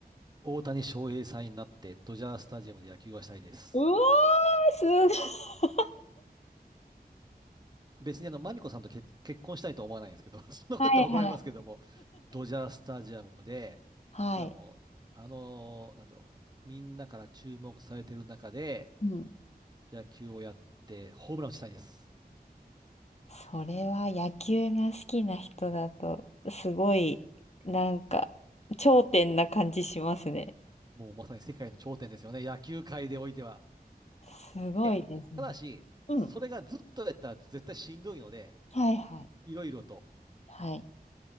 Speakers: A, on the right (about 25°); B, on the left (about 40°).
A: 大谷翔平さんになってドジャースタジアムで野球がしたいです。
B: うわー、すごい。
A: 別にあの、マミコさんとけ結婚したいとは思わないんですけど、<laughs> そんなこと言ったら怒られますけども、
B: はいはい。
A: ドジャースタジアムで、
B: はい。
A: 要はもう、あのーなんだろう、みんなから注目されてる中で
B: うん。
A: 野球をやってホームランを打ちたいです。
B: それは野球が好きな人だと、すごい、なんか、頂点な感じしますね。
A: もうまさに世界の頂点ですよね、野球界でおいては。
B: すごいですね。
A: で、ただし、
B: うん。
A: それがずっとやったら絶対しんどいので、
B: はいはい。
A: いろいろと。
B: はい。